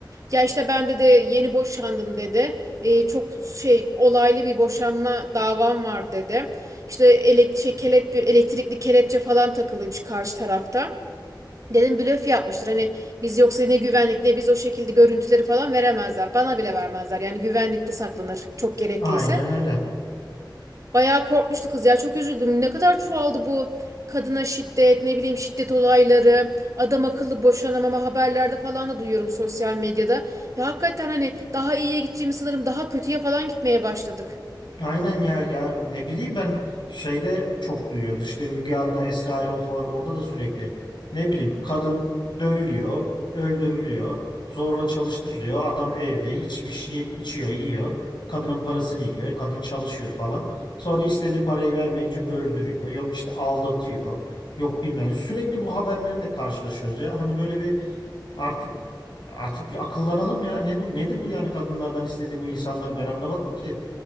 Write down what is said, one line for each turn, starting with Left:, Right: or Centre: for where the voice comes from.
Right: Ya işte ben de yeni boşandım dedi e, çok şey olaylı bir boşanma davam var dedi. İşte elektrik şey, kelepçe- bir elektrikli kelepçe falan takılıymış karşı tarafta. Dedim blöf yapmıştır. Hani biz yoksa ne güvenlik ne biz o şekilde görüntüleri falan veremezler. Bana bile vermezler. Yani güvenlikte saklanır çok gerekliyse.
Left: Aynen öyle.
Right: Bayağı korkmuştu kız ya çok üzüldüm. Ne kadar çoğaldı bu kadına şiddet, ne bileyim şiddet olayları, adam akıllı boşanamama haberlerde falan da duyuyorum sosyal medyada. Ya hakikaten hani daha iyiye gideceğimi sanırım daha kötüye falan gitmeye başladık.
Left: Aynen ya ya ne bileyim ben şeyde çok duyuyoruz işte Müge Anlı, Esra Erol falan orada da sürekli ne bileyim kadın dövülüyor, öldürülüyor, zorla çalıştırılıyor. Adam evde içmiş, ye- içiyor, yiyor. Kadının parasını yiyor, kadın çalışıyor falan. Sonra istediği parayı vermeyince öldürüyor. Yok işte aldatıyor. Yok bilmem. Sürekli bu haberlerle karşılaşıyoruz ya. Hani böyle bir artık Artık bir akıllanalım ya. Ne bu, nedir bu yani kadınlardan istediği bu insanları ben anlamadım ki.